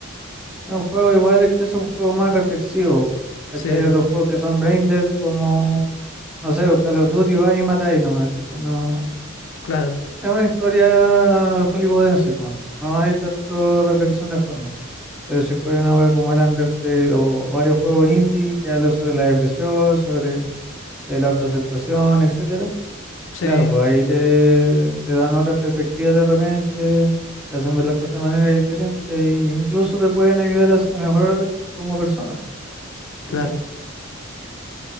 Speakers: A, in the centre; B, on the left.
A: Es un juego igual que es un juego más reflexivo. ¿Cachai?
B: Sí,
A: Hay otros juegos que son brain dead como, no sé, Call of Duty va y matáis nomás, ¿cachai? No,
B: claro,
A: es una historia hollywoodense nomás. No hay tanto reflexión de fondo. Pero si juegas una juega como el Undertale o varios juegos indie que hablan sobre la depresión, sobre eh, la autoaceptación, etcétera,
B: sí,
A: claro, pues ahí te, te dan otras perspectivas de repente, te hacen ver las cosas de manera diferente e incluso te pueden ayudar a, a mejorar como persona.
B: claro.
A: ¿cachai?